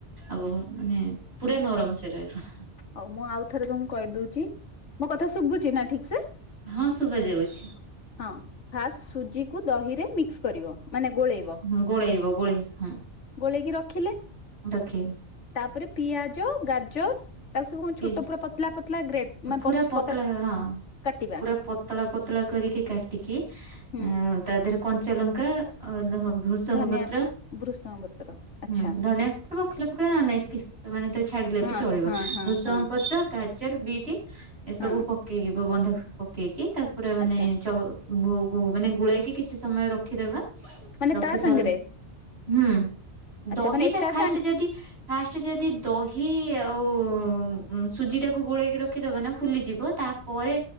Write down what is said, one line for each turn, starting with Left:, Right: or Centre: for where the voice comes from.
Right: ଆବ ମାନେ ପୁରା ନରମ ସେ ରହିବ।
Left: ହଉ ମୁଁ ଆଉ ଥରେ ତମକୁ କହିଦଉଛି ମୋ କଥା ଶୁଭୁଛି ନା ଠିକ ସେ?
Right: ହଁ ଶୁଭା ଯାଉଛି।
Left: ହଁ ଫାଷ୍ଟ ସୁଜିକୁ ଦହିରେ ମିକ୍ସ କରିବ ମାନେ ଗୋଳେଇ
Right: ହଁ ଗୋଳେଇବ ଗୋଳେଇ ହଁ।
Left: ଗୋଳେଇକି ରଖିଲେ
Right: ରଖିବେ
Left: ତାପରେ ପିଆଜ, ଗାଜର ତାକୁ ସବୁ କଣ
Right: <unintelligible>
Left: ଛୋଟ ପୁରା ପତଲା ପତଲା ଗ୍ରେଟ ମାନେ
Right: ପୁରା ପତଳା
Left: ପତ୍ର
Right: ହଁ।
Left: କାଟିବା
Right: ପୁରା ପତଳା ପତଳା କରିକି କାଟିକି ଅ-ଅ
Left: ହୁଁ
Right: ତା ଦେହରେ କଞ୍ଚା ଲଙ୍କା ଆଉ ଦ ହବ୍ ଭୃଷଙ୍ଗ
Left: ଧନିଆ
Right: ପତ୍ର
Left: ଭୃଷଙ୍ଗ ପତ୍ର ଆଚ୍ଛା
Right: ହୁଁ ଧନିଆ ପତ୍ର ପକେଇଲେ ପକେଇବ ନ ହେଲେନାଇଁ ସ୍କିପ୍ ମାନେ ଛାଡିଲେ
Left: ହଁ
Right: ବି ଚଳିବ,
Left: ହଁ ହଁ
Right: ଭୃଷଙ୍ଗ
Left: ହଁ
Right: ପତ୍ର ଅ ଗାଜର, ବିଟ ଏସବୁ
Left: ହଁ
Right: ପକେଇବ ବନ୍ଧା କୋବି ପକେଇକି ତା ପୁରା ମାନେ
Left: ଆଚ୍ଛା
Right: ଚ ବୋ ବୋ ମାନେ ଗୋଳେଇକି କିଛି ସମୟ ରଖିଦେବା। ରଖି
Left: ମାନେ ତା
Right: ସାରିଲା
Left: ସାଙ୍ଗରେ
Right: ହୁଁ
Left: ଆଚ୍ଛା
Right: ଦହିଟା
Left: ମାନେ ଏକା
Right: ଫାଷ୍ଟ
Left: ସାଙ୍ଗ
Right: ଯଦି ଫାଷ୍ଟ ଯଦି ଦହି ଆଉ-ଉ-ଉ ସୁଜିଟାକୁ ଗୋଳେଇକି ରଖିଦବା ନା ଫୁଲିଯିବ ତା ପରେ